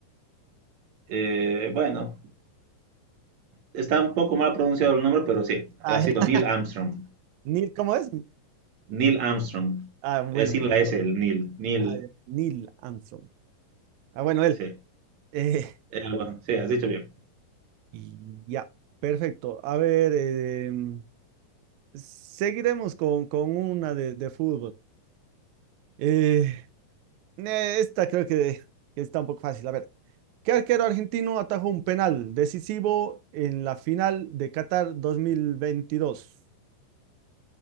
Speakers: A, on the right; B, on the right.
A: Eh, bueno, está un poco mal pronunciado el nombre, pero sí,
B: Ah,
A: ha sido
B: <laughs>
A: Neil Armstrong.
B: Neil, ¿cómo es?
A: Neil Armstrong.
B: Ah, bueno,
A: Es sin la S,
B: por ahí.
A: el Neil. Neil,
B: Ah, ya. Neil Armstrong. Ah, bueno, él.
A: sí.
B: Eh,
A: Eh, bueno, sí, has dicho bien.
B: Y Ya, perfecto. A ver, em, seguiremos con, con una de, de fútbol. Eh, eh, esta creo que, que está un poco fácil. A ver, ¿qué arquero argentino atajó un penal decisivo en la final de Qatar dos mil veintidós